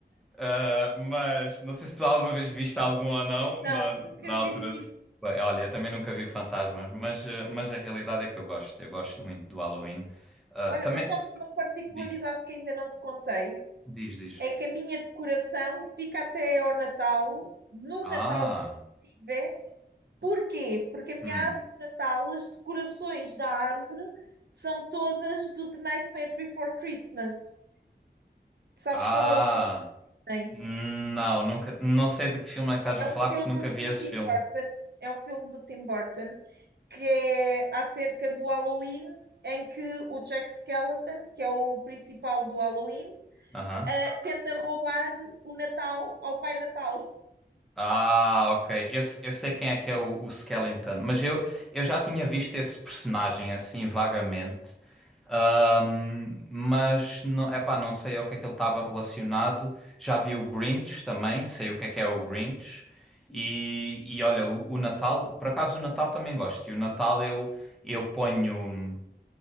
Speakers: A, in the centre; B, on the right.
A: ah, mas não sei se tu alguma vez viste algum ou não
B: Não,
A: na,
B: nunca
A: na altura.
B: vi nenhum.
A: Bem, Olha, eu também nunca vi fantasmas, mas, ah, mas a realidade é que eu gosto. Eu gosto muito do Halloween. Ah,
B: Olha,
A: também.
B: mas sabes uma particularidade
A: Diz,
B: que ainda não te contei?
A: diz, diz.
B: É que a minha decoração fica até ao Natal, no
A: Ah.
B: Natal inclusive. Porquê? Porque a minha
A: hum.
B: árvore de Natal, as decorações da árvore são todas do The Nightmare Before Christmas. Sabes
A: Ah,
B: qual é o filme, não é?
A: não, nunca, não sei de que filme é que estás
B: É
A: a falar
B: um filme
A: porque nunca vi
B: do
A: esse
B: Tim
A: filme.
B: Burton, é um filme do Tim Burton que é acerca do Halloween, em que o Jack Skellington, que é o principal do Halloween,
A: Aham.
B: ah, tenta roubar o Natal ao Pai Natal.
A: Ah, ok. Eu, se- eu sei quem é que é o, o Skellington, mas eu, eu já tinha visto esse personagem assim vagamente, Ahm, mas não, epá, não sei ao que é que ele estava relacionado. Já vi o Grinch também, sei o que é que é o Grinch. E, e olha, o, o Natal, por acaso o Natal também gosto. E o Natal eu, eu ponho.